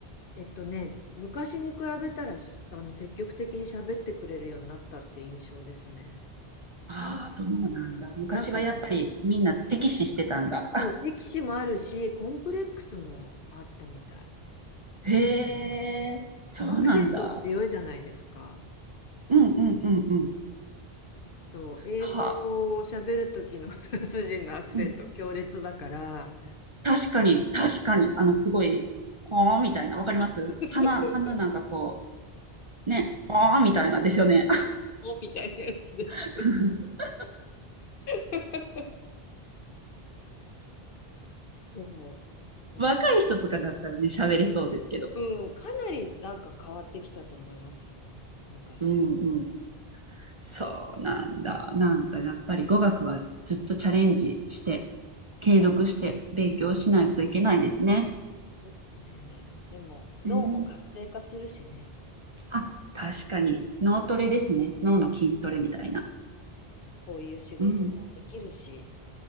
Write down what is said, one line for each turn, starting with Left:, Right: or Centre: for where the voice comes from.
Left: えっとね、昔に比べたらす、あの、積極的に喋ってくれるようになったって印象ですね。
Right: ああー、そうなんだ。昔はやっぱりみんな敵視してたんだ。
Left: なんかね、
Right: <laughs>
Left: そう、敵視もあるし、コンプレックスもあったみたい。
Right: へえ、そうなんだ。
Left: アクセント強いじゃないですか。
Right: うんうんうんうん。
Left: そう、英語を喋る時のフランス人のアクセント強烈だから、
Right: はあ、うん。確かに、確かに、あの、すごい、ほーみたいな、わかります花、
Left: <laughs> そうそう。そう
Right: 花なんかこう、ね、ほーみたいなですよね。
Left: みたいなやつです。
Right: <laughs>
Left: <laughs> そう、うん、
Right: 若い人とかだったらね、喋れそうですけど。
Left: うん、かなりなんか変わってきたと思いますよ、昔。
Right: うんうん。そうなんだ。なんかやっぱり語学はずっとチャレンジして、継続して勉強しないといけないですね。
Left: ですね。でも、脳も活性化するしね。
Right: うん。あ、確かに脳トレですね。脳の筋トレみたいな。
Left: こういう仕事もできるし、
Right: うん。